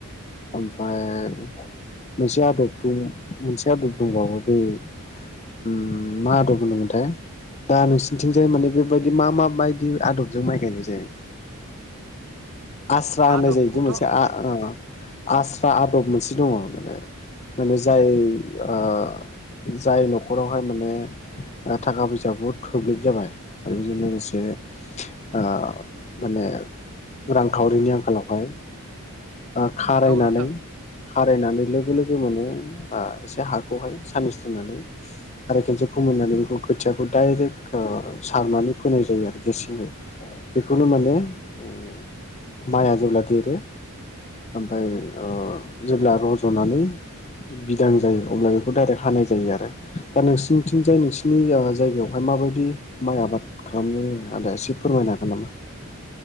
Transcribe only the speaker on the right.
आदबखौथ'
औ नोंथां